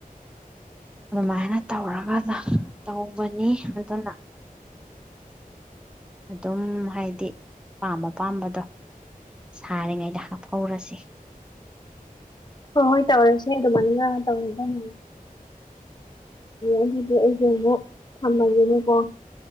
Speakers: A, in the centre; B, on the left (about 30°).
A: ꯑꯗꯨꯃꯥꯏꯅ ꯇꯧꯔꯒ ꯇꯧꯕꯅꯤ ꯑꯗꯨꯅ ꯑꯗꯨꯝ ꯍꯥꯏꯗꯤ ꯄꯥꯝꯕ ꯄꯥꯝꯕꯗꯣ ꯁꯥꯔꯤꯉꯩꯗ ꯍꯥꯞꯍꯧꯔꯁꯤ
B: ꯍꯣꯏ ꯍꯣꯏ ꯇꯧꯔꯁꯦ ꯑꯗꯨꯃꯥꯏꯅ ꯇꯧꯒꯗꯥꯃꯦ ꯑꯗꯨꯗꯤ ꯑꯩꯁ ꯑꯃꯨꯛ ꯊꯝꯃꯒꯦꯅꯦꯀꯣ